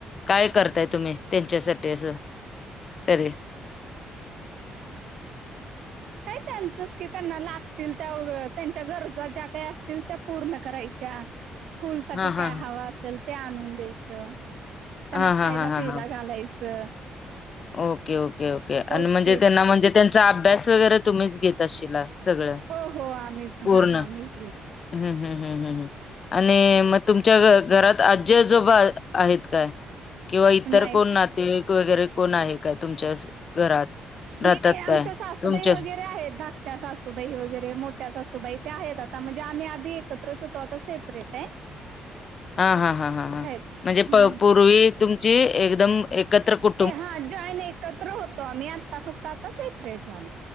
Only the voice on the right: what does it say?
काय त्यांचंच की त्यांना लागतील त्या त्यांच्या गरजा ज्या काही असतील त्या पूर्ण करायच्या स्कूल साठी
काय
हाव असेल ते आणून द्यायचं त्यांना
खायला
पियला
घालायचं
पौष्टिक
हो हो आम्ही
हा हा मीच घेते
नाईट
नाही
-नाही,
आमच्या सासूबाई
वगैरे आहेत, धाकट्या सासूबाई वगैरे मोठ त्याचा सासुबाई ते आहेत आता, म्हणजे आम्ही आधी एकत्रच होतो. आता सेपरेट आहे.
आहेत
हम्म.
ए हा जॉईन एकत्र होतो आम्ही, आता फक्त आता सेपरेट झालो.